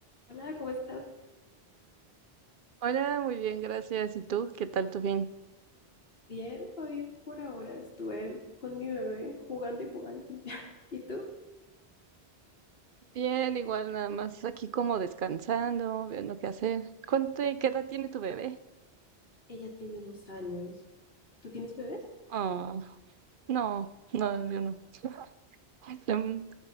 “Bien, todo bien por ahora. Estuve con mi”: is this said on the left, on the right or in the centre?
Left